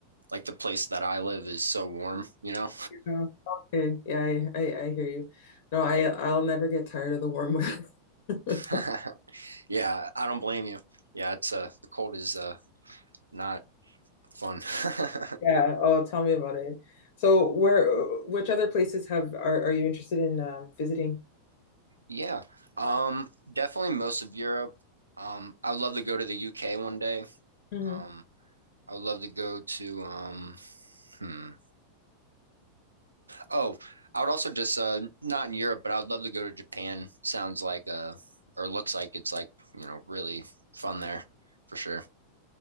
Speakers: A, on the right; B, on the left.
A: like the place that I live is so warm, you know?
B: Yeah. Okay, yeah, I, I I hear you. No, I I'll never get tired of the warm weather. <laughs>
A: <laughs> Yeah, I don't blame you. Yeah, it's uh, the cold is uh not fun. <laughs>
B: Yeah. Oh, tell me about it. So where which other places have are are you interested in um, visiting?
A: Yeah, um, definitely most of Europe. Um, I would love to go to the UK one day.
B: Mhm.
A: Um, I would love to go to um, hmm. Oh, I would also just uh, not in Europe, but I would love to go to Japan. Sounds like uh or looks like it's like, you know, really fun there for sure.